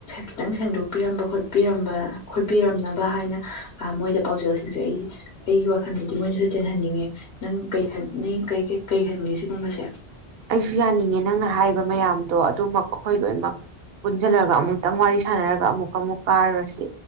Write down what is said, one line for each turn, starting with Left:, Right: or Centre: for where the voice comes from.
Left: ꯈꯤꯇꯪ ꯁꯦꯡꯗꯣꯛꯄꯤꯔꯝꯕ ꯈꯣꯠꯄꯤꯔꯝꯕ ꯈꯣꯠꯄꯤꯔꯝꯅꯕ ꯍꯥꯏꯅ ꯃꯣꯏꯗ ꯄꯥꯎꯖꯦꯜꯁꯤꯡꯁꯦ ꯑꯩ ꯑꯩꯒꯤ ꯋꯥꯈꯜꯗꯗꯤ ꯃꯣꯏꯅꯁꯨ ꯆꯦꯟꯍꯟꯅꯤꯡꯉꯦ ꯅꯪ ꯀꯩ ꯅꯪ ꯀꯩ ꯈꯟꯒꯦ ꯁꯤꯒꯨꯝꯕꯁꯦ
Right: ꯑꯩꯁꯨ ꯌꯥꯅꯤꯡꯉꯦ ꯅꯪꯅ ꯍꯥꯏꯔꯤꯕ ꯃꯌꯥꯝꯗꯣ ꯑꯗꯨꯃꯀꯣ ꯑꯩꯈꯣꯏ ꯂꯣꯏꯅꯃꯛ ꯄꯨꯟꯁꯤꯜꯂꯒ ꯑꯃꯨꯛꯇꯪ ꯋꯥꯔꯤ ꯁꯥꯥꯟꯅꯔꯒ ꯑꯃꯨꯛ ꯑꯃꯨꯛ ꯀꯥꯔꯨꯔꯁꯤ